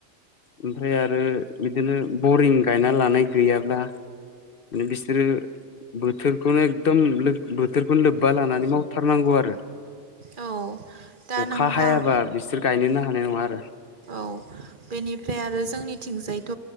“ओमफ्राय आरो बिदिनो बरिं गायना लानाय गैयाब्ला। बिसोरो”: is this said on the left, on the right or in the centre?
Left